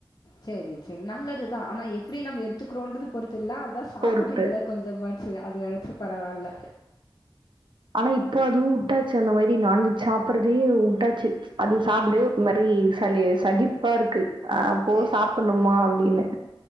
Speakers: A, on the left (about 45°); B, on the right (about 60°).
A: செரி செரி நல்லதுதா ஆனா எப்டி நம்ம எடுத்துக்குறோன்றது பொறுத்து இல்ல அதா சாப்புட்றீங்கள
B: பொறுத்து.
A: கொஞ்சமாத் சு அது வெறச்சு பரவால்ல
B: ஆனா இப்போ அதுவு வுட்டாச்சு அந்த மாரி நா வெஜ் சாப்பிடுறதயே உட்டாச்சு அது சாப்டவே ஒரு மாரி சலி சகிப்பா இருக்கு அ போ
A: சரி.
B: சாப்புட்ணுமா அப்டின்னு